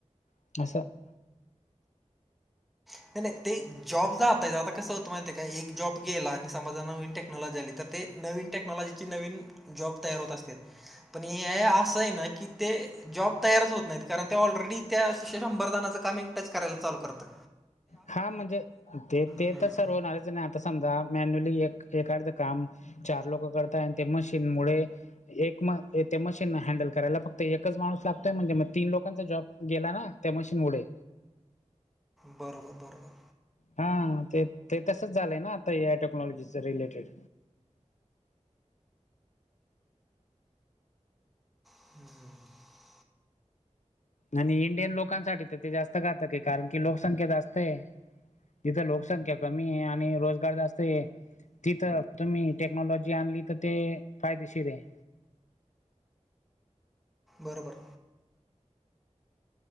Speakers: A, on the left (about 75°); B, in the centre.
A: <inaudible>
B: नाही नाही ते जॉब जात आहेत. आता कसं होतं माहिती आहे काय, एक जॉब गेला आणि समाजा नवीन टेक्नॉलॉजी आली तर ते. नवीन टेक्नॉलॉजीची नवीन जॉब तयार होत असत्यात. पण हे असं आहे ना की ते जॉब तयारच होत नाहीत. कारण त्या ऑलरेडी त्या शंभर जनाच काम. टच करायला चालू करतय.
A: हा म्हणजे ते ते
B: हम्म.
A: तर सर्व होणारच ना. समजा मॅन्युअली एक एकअर्ध काम चार लोकं करता ये. आणि ते मशीन मुळे, एक म ते मशीन हँडल करायला. फक्त एकच माणूस लागतोय म्हणजे. मग तीन लोकांचा जॉब गेला ना. त्या मशीन मुळे.
B: बरोबर बरोबर.
A: हा ते ते तसंच झालंय ना, आता या टेक्नॉलॉजीच रिलेटेड.
B: हम्म.
A: आणि इंडियन लोकांसाठी तर ते जास्तं घातक आहे. कारण की लोकसंख्या जास्त आहे. तिथे लोकसंख्या कमी आहे. आणि रोजगार जास्त ये. तिथं तुम्ही टेक्नॉलॉजी आणली. तर ते फायदेशीर आहे.
B: बर बर.